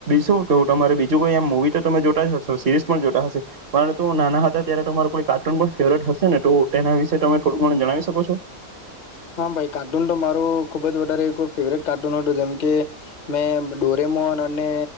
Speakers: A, on the right (about 50°); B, on the left (about 40°).
A: શું કવું તમારે બીજું કોઈ આમ મુવી તો તમે જોતા જ હશો સિરીઝ પણ જોતા હશે પરંતુ નાના હતા ત્યારે તમારે કોઈ કાર્ટૂન પણ ફેવરિટ હશે ને તો એના વિશે તમે થોડું ઘણું જણાવી શકો છો?
B: હા ભાઈ, કાર્ટૂન તો મારું ખુબજ વધારે ફેવરેટ કાર્ટૂન હતું, જેમકે મેં ડોરેમોન અને